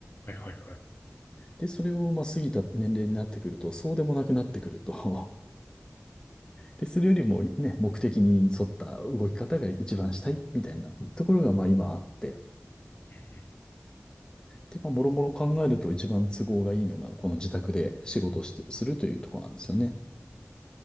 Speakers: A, on the left; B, on the left.
A: いはいはい。
B: で、それをまあ過ぎた年齢になってくると、そうでもなくなってくると <laughs> で、それよりもね、目的に沿った動き方が一番したいみたいなところがまあ今あって、
A: うんうんうん
B: で、まあ、もろもろ考えると一番都合がいいのが、この自宅で仕事をして、するというところなんですよね。